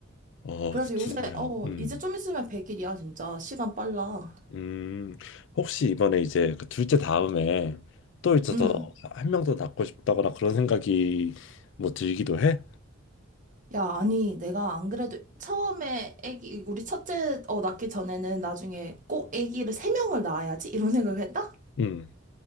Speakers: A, on the left; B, on the right.
A: 어,
B: 그래서
A: 그 두
B: 요새,
A: 명,
B: 어,
A: 음.
B: 이제 좀 있으면 100일이야, 진짜. 시간 빨라.
A: 음, 혹시 이번에 이제 그 둘째 다음에 또 이제
B: 음.
A: 더한 명 더 낳고 싶다거나 그런 생각이 뭐 들기도 해?
B: 야, 아니, 내가 안 그래도 처음에 애기, 우리 첫째 어, 낳기 전에는 나중에 꼭 애기를 세 명을 낳아야지? 이런 생각을 했다?
A: 음,